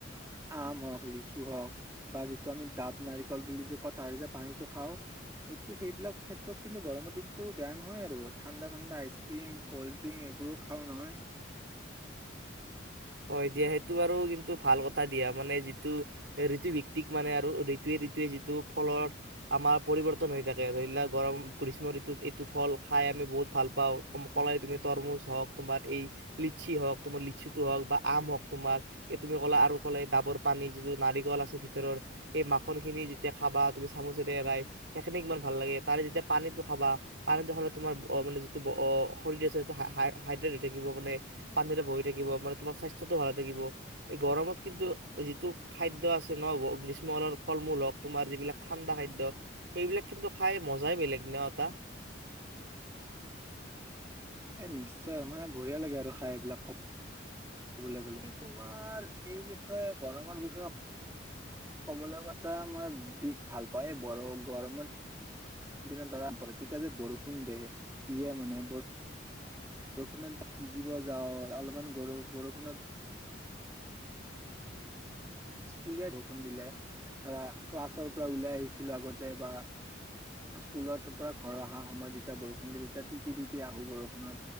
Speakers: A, on the right; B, on the right.
A: আম হওঁক লিচু হওঁক বা যিটো আমি ডাব নাৰিকল বুলি যে কওঁ তাৰে যে পানীটো খাওঁ সেইটো সেইবিলাক ক্ষেত্ৰত কিন্তু গৰমৰ দিনতটো বেয়া নহয় আৰু ঠাণ্ডা ঠাণ্ডা আইচক্ৰীম কল্ড ড্ৰিংক এইবোৰো খাওঁ নহয়
B: হয় দিয়া সেইটো বাৰু কিন্তু ভাল কথা দিয়া মানে যিটো ঋতু ভিত্তিক মানে আৰু ঋতুয়ে ঋতয়ে যিটো ফলৰ আমাৰ পৰিৱৰ্তন হৈ থাকে ধৰি লা গৰম গ্ৰীষ্ম ঋতুত এইটো ফল খাই আমি বহুত ভাল পাওঁ কলাই তুমি তৰমুজ হওঁক তোমাৰ এই লিচি হওঁক তোমাৰ লিচুটো হওঁক বা আমক তোমাৰ এই তুমি ক'লা আৰু ক'লে ডাবৰ পানী যিটো নাৰিকল আছে ভিতৰ সেই মাখনন খিনি যেতিয়া খাবা তুমি চামুচেৰে এৰাই সেইখিনি ইমান ভাল লাগে তাৰে যেতিয়া পানীটো খাবা পানীটো খালে তোমাৰ মানে যিটো শৰীৰ আছে সেইটো হ হাইড্ৰেট হৈ থাকিব মানে পানীৰে ভয় থাক মানে তোমাৰ স্বাস্থ্য স্বাস্থ্যতটো ভালে থাকিব এই গৰমত কিন্তু যিটো খাদ্য আছে ন গ্ৰীষ্মকালৰ ফল মূল হওঁক তোমাৰ যিবিলাক ঠাণ্ডা খাদ্য সেইবিলাক কিন্তু খাই মজাই বেলেগ ন এটা।
A: এই নিশ্চয় আৰু মানে বঢ়িয়া লাগে আৰু খাই এইবিলাক ক কবলৈ গলে, তোমাৰ এই বিষয়ে গৰমৰ বিষয়ে কবলৈ মই দিশ ভাল পায় ব গৰমৰিনত ধৰা প তেতিয়া যে বৰষুণ দ দিয়ে মানে বৰষুণত ভিজিব যাওঁ, অলপমান গ বৰষুণ স্কুলত বৰষুণ দিলে ধৰা ক্লাছৰ পৰা ওলাই আহিছিলো আগতে বা স্কুলৰ পৰা ঘৰ অহা সময়ত যেতিয়া বৰষুণ দিলে তেতিয়া তিতি তিতি আহো বৰষুণত